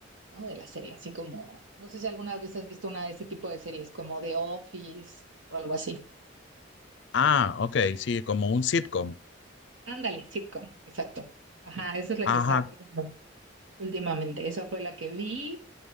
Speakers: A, on the right; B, on the left.
A: ¿no? De la serie, así como, no sé si alguna vez has visto una de este tipo de series, como The Office o algo así.
B: Ah, ok, sí, como un sitcom.
A: Ándale, sitcom, exacto. Ajá, esa es la
B: Ajá.
A: que estaba viendo últimamente, esa fue la que vi